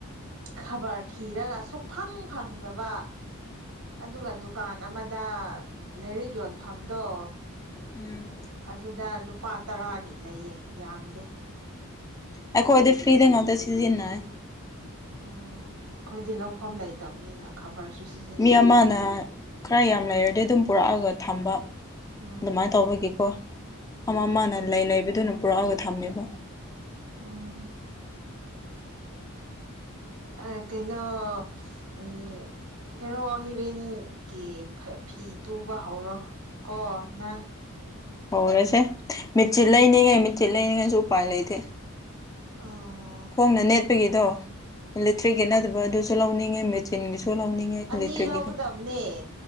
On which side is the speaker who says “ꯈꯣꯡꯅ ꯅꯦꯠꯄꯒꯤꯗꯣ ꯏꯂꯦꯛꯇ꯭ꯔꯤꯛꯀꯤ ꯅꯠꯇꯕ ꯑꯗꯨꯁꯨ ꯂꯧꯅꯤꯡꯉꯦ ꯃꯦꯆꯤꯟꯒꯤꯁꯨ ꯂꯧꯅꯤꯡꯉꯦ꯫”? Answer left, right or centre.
Left